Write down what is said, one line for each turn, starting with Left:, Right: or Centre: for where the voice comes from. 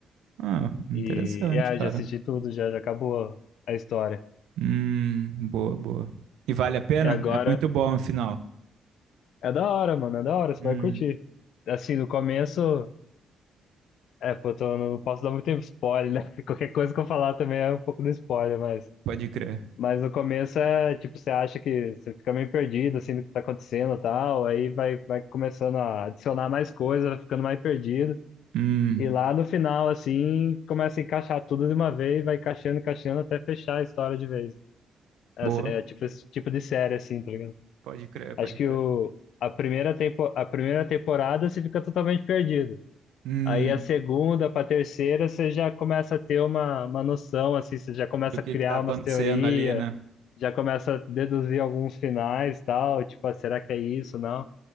Right: Ah, interessante,
Left: E e é,
Right: cara.
Left: já assisti tudo, já, já acabou a história.
Right: Hum, boa, boa. E vale a pena?
Left: E agora
Right: É muito bom, afinal.
Left: é da hora, mano, é da hora, você
Right: Hum,
Left: vai curtir. Assim, no começo, é, pô, eu tô- não posso dar muito spoiler, né? <laughs> Qualquer coisa que eu falar também é um pouco do spoiler, mas.
Right: pode crer.
Left: Mas no começo é tipo, você acha que você fica meio perdido assim do que tá acontecendo e tal, aí vai, vai começando a adicionar mais coisa, vai ficando mais perdido.
Right: Hum,
Left: E lá no final, assim, começa a encaixar tudo de uma vez, vai encaixando, encaixando até fechar a história de vez. Essa-
Right: boa.
Left: É, tipo esse tipo de série, assim, tá ligado?
Right: Pode crer, pode
Left: Acho que
Right: crer.
Left: o, a primeira, tempo, a primeira temporada você fica totalmente perdido.
Right: Hum,
Left: Aí a segunda para a terceira você já começa a ter uma, uma noção, assim, você já começa
Right: do que
Left: a criar
Right: que tá acontecendo
Left: umas teorias,
Right: ali, né?
Left: já começa a deduzir alguns finais tal, tipo, ah, será que é isso, não?